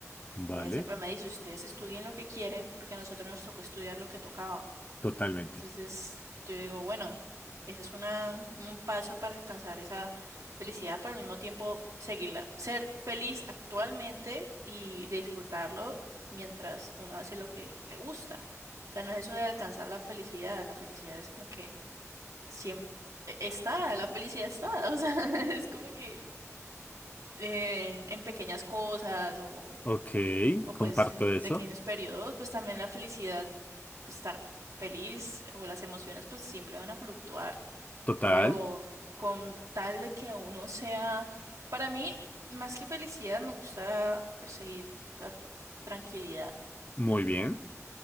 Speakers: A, on the left; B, on the right.
A: vale,
B: Y ella siempre me dice, ustedes estudien lo que quieren porque a nosotros nos tocó estudiar lo que tocaba.
A: totalmente.
B: Entonces, yo digo, bueno, ese es una, un paso para alcanzar esa felicidad, pero al mismo tiempo seguirla, ser feliz actualmente y disfrutarlo mientras uno hace lo que le gusta. O sea, no es eso de alcanzar la felicidad, la felicidad es como que siempre está, la felicidad está, <laughs> o sea, es como que eh, en pequeñas cosas o,
A: Ok,
B: o
A: comparto
B: pues en
A: eso.
B: pequeños periodos, pues también la felicidad estar feliz o las emociones pues siempre van a fluctuar,
A: Total,
B: pero con tal de que uno sea, para mí, más que felicidad, me gusta perseguir la tranquilidad,
A: muy bien.